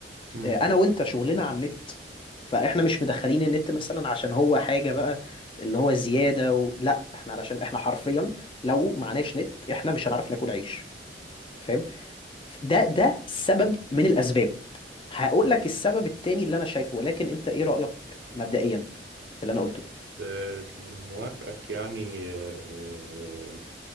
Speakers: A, on the right; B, on the left.
A: مم.
B: آه، أنا وأنت شغلنا على النت فإحنا مش مدخلين النت مثلا عشان هو حاجة بقى اللي هو زيادة و... لأ إحنا علشان إحنا حرفيا لو معناش نت إحنا مش هنعرف ناكل عيش فاهم ده ده سبب من الأسباب هقول لك السبب التاني اللي أنا شايفه ولكن أنت إيه رأيك مبدئيا في اللي أنا قلته؟
A: آه، موافقك يعني آه،